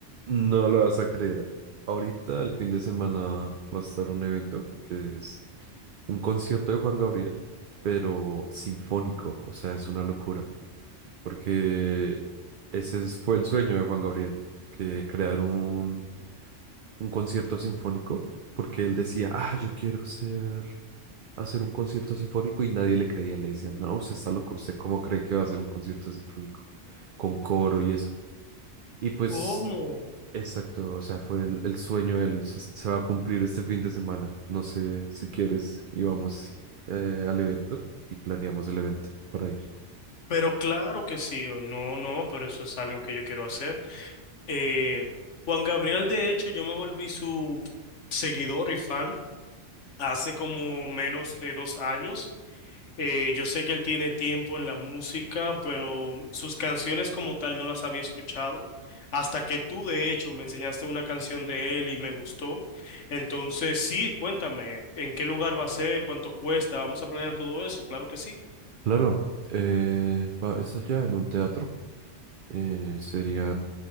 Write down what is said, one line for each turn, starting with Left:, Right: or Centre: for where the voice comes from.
Right: No lo vas a creer. Ahorita, el fin de semana, va a estar un evento que es un concierto de Juan Gabriel, pero sinfónico. O sea, es una locura. Porque ese es- fue el sueño de Juan Gabriel, que crear un, un concierto sinfónico. Porque él decía, ah, yo quiero ser, hacer un concierto sinfónico y nadie le creía. Le decían, no, usted está loco. ¿Usted cómo cree que va a hacer un concierto sinfónico? Con coro y eso. Y pues
Left: ¿Cómo?
Right: Exacto, o sea, fue el, el sueño, el, se, se va a cumplir este fin de semana. No sé si quieres y vamos eh, al evento y planeamos el evento para ir.
Left: Pero claro que sí, o no, no, pero eso es algo que yo quiero hacer. Eh, Juan Gabriel, de hecho, yo me volví su seguidor y fan hace como menos de dos años. Eh, yo sé que él tiene tiempo en la música, pero sus canciones como tal no las había escuchado. Hasta que tú, de hecho, me enseñaste una canción de él y me gustó. Entonces, sí, cuéntame, ¿en qué lugar va a ser? ¿Cuánto cuesta? ¿Vamos a planear todo eso? Claro que sí.
Right: Claro, eh, va, es allá en un teatro. eh, serían